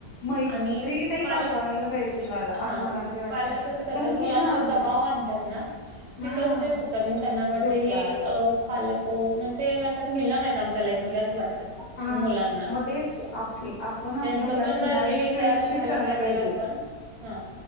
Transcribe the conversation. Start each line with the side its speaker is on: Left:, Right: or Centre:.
Left: मैत्री
Right: आणि
Left: टाईप
Right: पालक
Left: असावयला पाहिजे,
Right: हां
Left: मला,
Right: हां.
Left: असं मला तरी वाटते
Right: पालक कस करतात,
Left: कारण
Right: मुलांवर
Left: की हा
Right: दबाव आणतात ना, तिथंच
Left: हा
Right: ते चू कतात, मग त्यांना वाटत,
Left: चुकत्यात
Right: हे अ पालक ओ, म्हणजे ते वाटतात, व्हिलण येत आमच्या लाईफ मधले, असं वाटतं
Left: हा
Right: मुलांना,
Left: मग तेच की आपली आपण आपल्या
Right: त्यांच
Left: मुलांशी
Right: पण मर्जी
Left: ना एक
Right: विचारात,
Left: फ्रेंडशिप
Right: घ्यायला
Left: करायला
Right: पाहिजेल,
Left: पाहिजे
Right: आप ण हं